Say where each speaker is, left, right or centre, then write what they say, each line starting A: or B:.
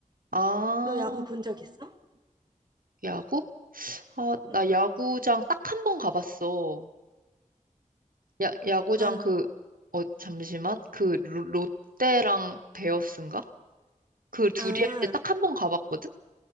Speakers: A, on the right; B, on the right.
A: 아,
B: 너 야구 본 적 있어?
A: 야구? 아,
B: 응.
A: 나 야구장 딱 한 번 가봤어. 야, 야구장
B: 난,
A: 그, 어, 잠시만. 그, 로- 롯데랑 베어스인가? 그 둘이
B: 아,
A: 할 때 딱 한 번 가봤거든?